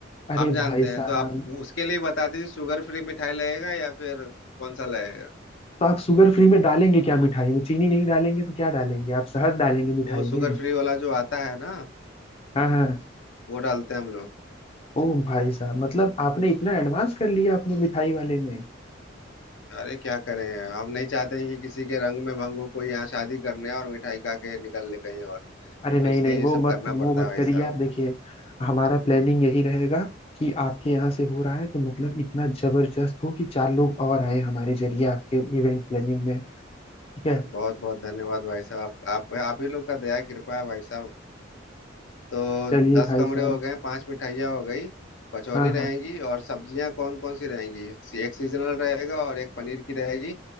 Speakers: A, on the left; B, on the left.
A: अरे
B: हम जानते
A: भाई
B: हैं
A: साहब
B: तो आप उसके लिए बता दीजिए शुगर फ्री मिठाई लगेगा या फिर कौन सा लगेगा
A: तो आप शुगर फ्री में डालेंगे क्या मिठाई में चीनी नहीं डालेंगे तो क्या डालेंगे आप शहद डालेंगे मिठाई
B: वो शुगर
A: में
B: फ्री वाला जो आता है ना
A: हाँ हाँ
B: वो डालते हैं हम लोग
A: ओ भाई साहब मतलब आपने इतना एडवांस कर लिया अपने मिठाई वाले में
B: अरे क्या करें हम नहीं चाहते हैं कि किसी के रंग में भंग हो कोई यहाँ शादी करने और मिठाई खा के निकल ले कहीं और तो
A: अरे नहीं
B: इसलिए
A: नहीं
B: ये
A: वो
B: सब
A: मत
B: करना
A: वो
B: पड़ता
A: मत
B: है भाई
A: करिए
B: साहब
A: आप देखिए हमारा प्लानिंग यही रहेगा कि आपके यहाँ से हो रहा है तो मतलब इतना जबरदस्त हो कि चार लोग और आए हमारे जरिए आपके इवेंट प्लानिंग में ठीक है
B: बहुत बहुत धन्यवाद भाई साहब आप आप आप ही लोग का दया कृपा है भाई साहब तो
A: चलिए
B: दस
A: भाई
B: कमरे
A: साहब
B: हो गए पांच मिठाइयाँ हो गई कचौरी
A: हाँ
B: रहेंगी
A: हाँ
B: और सब्जियां कौन कौन सी रहेंगी एक सीजनल रहेगा और एक पनीर की रहेगी